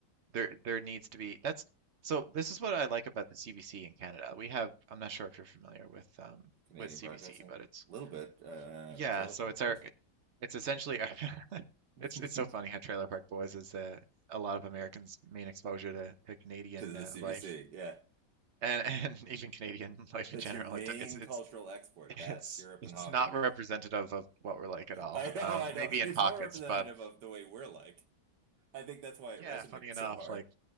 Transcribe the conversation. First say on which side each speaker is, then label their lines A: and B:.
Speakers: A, on the right (about 55°); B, on the right (about 75°).
A: there there needs to be that's so this is what I like about the CBC in Canada. We have I'm not sure if you're familiar with um
B: Canadian
A: with CBC,
B: broadcasting,
A: but it's
B: a little bit, uh,
A: yeah,
B: Trailer
A: so
B: Park
A: it's
B: Boys
A: our it's essentially our- <laughs>
B: <laughs>
A: it's it's so
B: to
A: funny how Trailer Park Boys is uh, a lot of Americans' main exposure to, to Canadian
B: the
A: uh,
B: CBC.
A: life
B: Yeah.
A: and and <laughs> even Canadian life
B: That's
A: in general.
B: your main
A: It, it's it's
B: cultural export,
A: it's
B: That's Europe
A: it's
B: and hockey.
A: not representative of what we're like at all.
B: I know,
A: Um,
B: I know.
A: maybe in
B: It's
A: pockets,
B: more representative
A: but
B: of the way we're like. I think that's why it
A: yeah,
B: resonates
A: funny enough,
B: so hard.
A: like